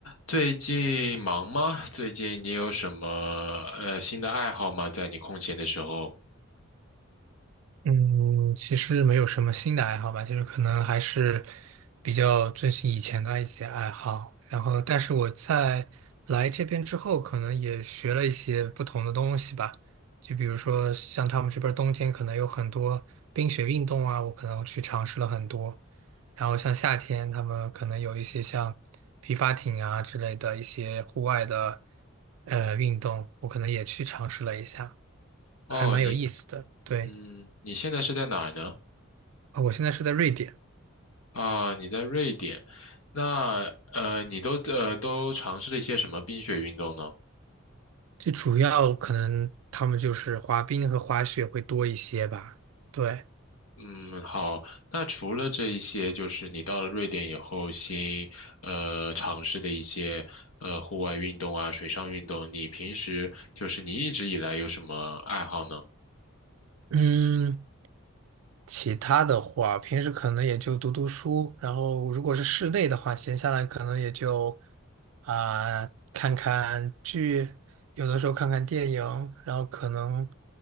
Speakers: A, on the left (about 80°); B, on the right (about 70°).
A: 最近忙吗？最近你有什么呃新的爱好吗？在你空闲的时候？
B: 嗯，其实没有什么新的爱好吧，就是可能还是比较遵循以前的一些爱好。然后，但是我在来这边之后，可能也学了一些不同的东西吧。就比如说，像他们这边儿冬天可能有很多冰雪运动啊，我可能去尝试了很多。然后像夏天，他们可能有一些像皮划艇啊之类的一些户外的呃运动，我可能也去尝试了一下，
A: 哦，
B: 还蛮有意思的。
A: 你
B: 对，
A: 嗯，你现在是在哪儿呢？
B: 啊我现在是在瑞典。
A: 啊，你在瑞典。那呃，你都呃都尝试了一些什么冰雪运动呢？
B: 最主要可能他们就是滑冰和滑雪会多一些吧。对，
A: 嗯，好。那除了这一些，就是你到了瑞典以后新呃尝试的一些呃户外运动啊，水上运动，你平时就是你一直以来有什么爱好呢？
B: 嗯，其他的话，平时可能也就读读书，然后如果是室内的话，闲下来可能也就啊、看看剧，有的时候看看电影，然后可能